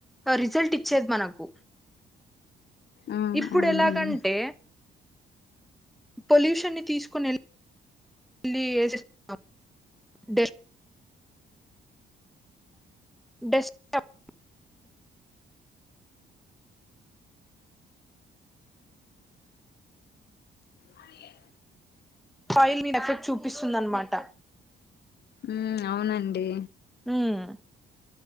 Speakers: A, in the centre; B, on the left (about 55°).
A: రిజల్ట్ ఇచ్చేది మనకు
B: ఆ
A: ఇప్పుడు
B: అవునండి
A: ఎలాగంటే పొల్యూషన్ని తీసుకొని ఎల్ ఇళ్ళీ ఏసెస్ గా <unintelligible> డే బెస్ట్ <unintelligible>
B: అదియే
A: యిల్ మీద ఎఫెక్ట్ చూపిస్తుందన్న మాట
B: మ్మ్ అవునండీ
A: మ్మ్